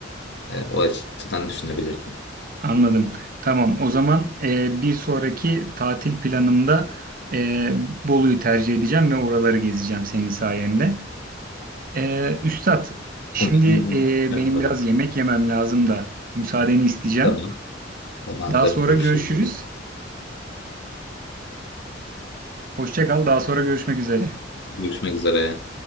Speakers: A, on the left (about 65°); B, on the right (about 50°).
A: e, o açıdan düşünebilirsin.
B: Anladım. Tamam. O zaman e, bir sonraki tatil planımda e, Bolu'yu tercih edeceğim ve oraları gezeceğim senin sayende. Ee, Üstad, şimdi
A: Umarım
B: e,
A: yanılırım.
B: benim biraz yemek yemem lazım da müsaadeni isteyeceğim.
A: Tamam. Tamamdır.
B: Daha sonra
A: Görüşürüz.
B: görüşürüz. Hoşça kal, daha sonra görüşmek üzere.
A: Görüşmek üzere.